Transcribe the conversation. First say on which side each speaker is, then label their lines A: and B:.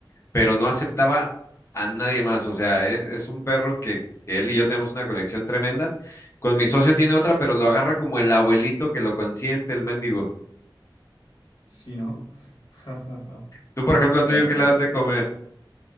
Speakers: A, on the left; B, on the left.
A: pero no aceptaba a nadie más. O sea, es, es un perro que, que él y yo tenemos una conexión tremenda. Con mi socio tiene otra, pero lo agarra como el abuelito que lo consiente, el mendigo.
B: Sí, ¿no? <laughs>
A: Tú, por ejemplo,
B: Claro,
A: al tuyo, ¿qué
B: claro.
A: le das de comer?